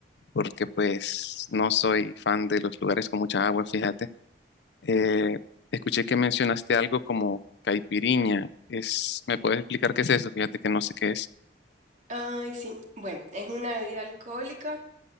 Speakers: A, on the left; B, on the right.
A: porque pues no soy fan de los lugares con mucha agua, fíjate. Eh, escuché que mencionaste algo como caipirinha. Es, ¿me puedes explicar qué es eso? Fíjate que no sé qué es.
B: Ay, sí. Bueno, es una bebida alcohólica.